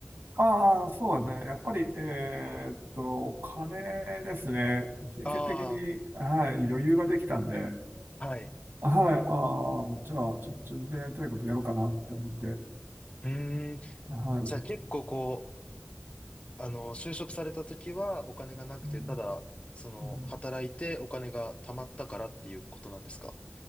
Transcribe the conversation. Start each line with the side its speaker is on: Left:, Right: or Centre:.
Right: ああ、そうですね。やっぱり、えーっと、お金ですね。金銭的に、
Left: あ
Right: はい、余裕ができたんで、
Left: あー、はい。
Right: はい、ああ、じゃあ、ちょっと自分でやりたいことやろうかなって思って、
Left: うーん。
Right: はい。
Left: じゃあ結構こう、あの、就職された時はお金がなくて、
Right: うん
Left: ただ、その、
Right: うん
Left: 働いてお金が貯まったからっていうことなんですか